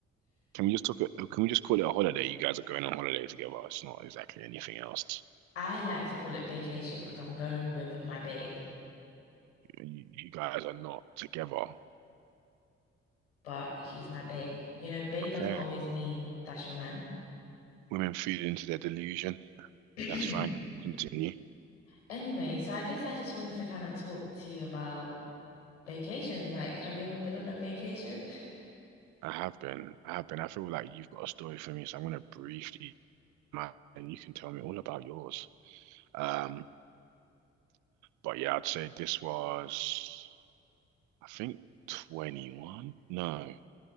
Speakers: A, on the right; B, on the left.
A: Can we just talk? Can we just call it a holiday? You guys are going on holiday together. It's not exactly anything else.
B: I like to call it vacation because I'm going with my bae.
A: You, you guys are not together.
B: but he's my bae. You know, bae
A: Okay.
B: doesn't always mean that's your man.
A: Women feed into their delusion.
B: <clears throat>
A: That's fine. Continue.
B: Anyway, so I guess I just wanted to kind of talk to you about vacations. Like, have you ever been on a vacation? <laughs>
A: I have been. I have been. I feel like you've got a story for me, so I'm gonna briefly, and you can tell me all about yours. Um, but yeah, I'd say this was, I think, 21? No,